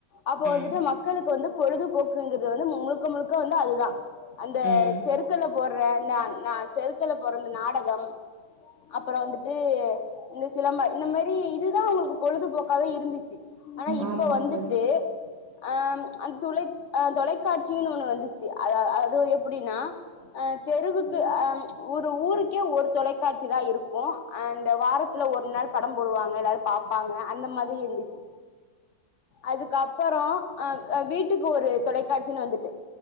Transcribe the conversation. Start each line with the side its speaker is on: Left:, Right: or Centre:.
Left: அப்ப வந்துட்டு
Right: ம்
Left: மக்களுக்கு வந்து பொழுதுபோக்குங்கு து வந்து முழுக்க முழுக்க வந்து அதுதா அந்த
Right: ம்
Left: தெருக்கல்ல போர்ர நா நா தெருக்கல்ல போற இந்த நாடகம் அப்பறோ வந்துட்டு இந்த சிலம்பா இந்த மேரி துதா <unintelligible> பொழுதுபோக்காவே இருந்துச்சு ஆனா இப்ப
Right: ஆமாங்க
Left: வந்துட்டு
Right: தோழி
Left: ஆ அந் துலை அ தொலைக்காட்சினு ஒண்ணு வந்து <unintelligible> ப்புடீன்னா தெருவுக் <unintelligible> உரு ஊருக்கே ஒரு தொலைக்காட்சி தா இருக்கு அந் த வாரத்துல ஒரு நாள் படம் போடுவாங்க ல்லாரு பாப்பாங்க அந்த மதி இருந்துச்சி அதுக்கப்பறோ ஆ வீட்டுக்கு ஒரு தொலைக்காட்சின்னு வந்துட்டு